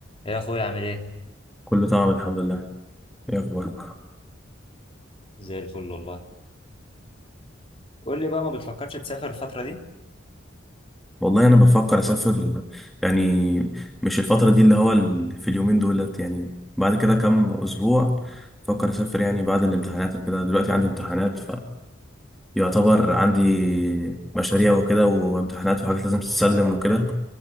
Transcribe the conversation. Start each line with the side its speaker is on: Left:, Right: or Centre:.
Left: يا اخويا عامل ايه
Centre: كله تمام الحمد لله ايه اخبارك
Left: زي الفل والله قول لي بقى ما بتفكرش تسافر الفترة دي
Centre: والله انا بفكر اسافر يعني مش الفتره دي اللي هو ال- في اليومين دولت يعني بعد كده كام اسبوع بفكر اسافر يعني بعد الامتحانات وكده دلوقتي عندي امتحانات فيعتبر عندي مشاريع وكده وامتحانات وحاجات لازم تتسلم وكده